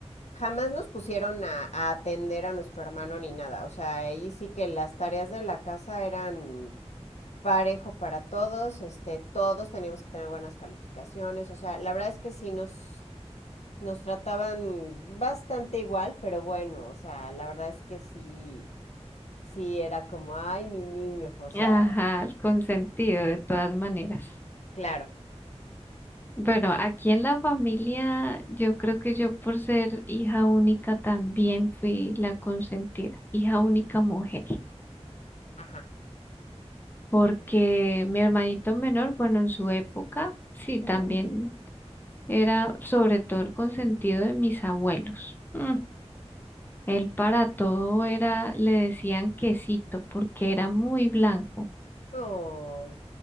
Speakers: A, on the left; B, on the left.
A: jamás nos pusieron a, a, atender a nuestro hermano ni nada. O sea, ahí sí que las tareas de la casa eran parejo para todos, este, todos teníamos que tener buenas calificaciones. O sea, la verdad es que sí nos, nos trataban bastante igual, pero bueno, o sea, la verdad es que sí, sí era como, ay, mi niño, o sea,
B: Ajá, el consentido de todas maneras.
A: Claro,
B: Bueno, aquí en la familia, yo creo que yo por ser hija única también fui la consentida, hija única mujer.
A: ajá.
B: porque mi hermanito menor, bueno, en su época, sí, también
A: Ujú.
B: era sobre todo el consentido de mis abuelos. Mm, Él para todo era, le decían quesito, porque era muy blanco
A: Ay, Oh,